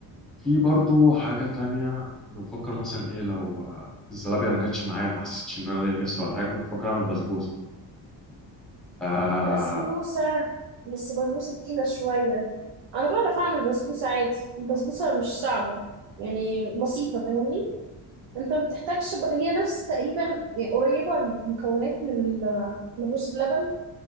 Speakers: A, in the centre; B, on the right.
A: في برضو حاجه تانية كنت بفكر مثلا ايه لو آه، الزلابيه ما جاتش معايا ما حسيتش ان انا ليا نفسي ولا حاجه كنت بفكر اعمل بسبوسه آه
B: بسبوسة بس بسبوسة تقيلة شوية أنا بعرف أعمل بسبوسة عادي البسبوسة مش صعبة يعني بسيطة فاهمني انت ما بتحتاجش بق- هي نفس تقريبا يعني قريبه المكونات من ال- من الرز بلبن